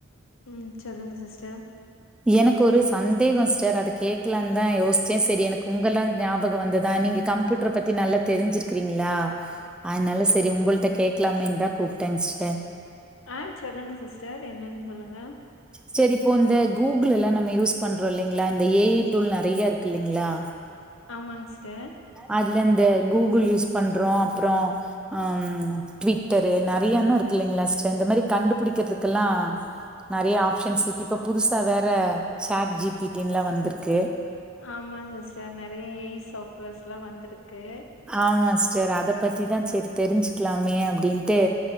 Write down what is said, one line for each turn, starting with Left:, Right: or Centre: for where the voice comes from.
Left: ம் சொல்லுங்க சிஸ்டர்
Centre: எனக்கு ஒரு சந்தேகோ சிஸ்டர் அத கேக்கலாம்னு தா யோசிச்சே சேரி எனக்கு உங்கல்லா ஞாபகம் வந்துதா நீங்க கம்யூட்டர் பத்தி நல்ல தெரிஞ்சிருக்கிறீங்களா அதனால சேரி உங்கள்கிட்ட கேட்கலாமேதா கூப்பிட்டேங்க சிஸ்டர்
Left: ஆ சொல்லுங்க சிஸ்டர் என்னன்னு சொல்லுங்க
Centre: செரி இப்போ இந்த கூகுள் எல்லா நம்ம யூஸ் பண்றோ இல்லைங்களா இந்த ஏ ஐ டூல் நெறைய இருக்கு இல்லலைங்களா
Left: ஆமாங் சிஸ்டர்
Centre: அதுல இந்த கூகுள் யூஸ் பண்றோ அப்பறோ ம் ட்விட்டரு நெறைய இன்னு இருக்கு இல்லைங்களா சிஸ்டர் இந்த மாதிரி கண்டுபிடிக்கிறதுக்குல்லா நெறைய ஆப்ஷன்ஸ் இருக்கு இப்ப புதுசா வேற சேட் ஜிபிடின்லா வந்திருக்கு
Left: ஆமா சிஸ்டர் நெறைய ஏ ஐ சாஃப்ட்வேர்ஸ்லா வந்திருக்கு
Centre: ஆமா சிஸ்டர் அத பத்திதா சேரி தெரிஞ்சுக்கலாமே அப்டின்ட்டு